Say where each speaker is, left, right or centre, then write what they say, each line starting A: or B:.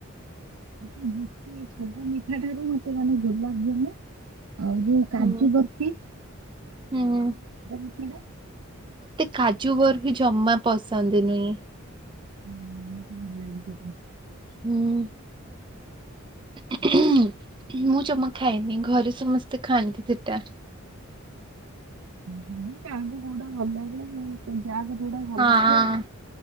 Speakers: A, on the right; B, on the right.
A: ହୁଁ ସବୁ ମିଠା ଠାରୁ ମତେ ମାନେ ଗୋଲାପ ଜାମୁ ଆଉ ଯୋଉ କାଜୁବଫ୍ରି।
B: ହୁଁ ହୁଁ।
A: <unintelligible>
B: କାଜୁବଫ୍ରି ଜମା ପସନ୍ଦ ନୁହେଁ।
A: ହୁଁ। <unintelligible>
B: ହୁଁ। <unintelligible> ମୁଁ ଜମା ଖାଏନି ଘରେ ସମସ୍ତେ ଖାଆନ୍ତି ସେଟା।
A: ହୁଁ କାହାକୁ କୋଉଟା ଭଲ ଲାଗିଲା ମୁଁ ତ ଯାଆ ଯୋଉଟା ଭଲ
B: ହଁ
A: ଲାଗେ
B: ହଁ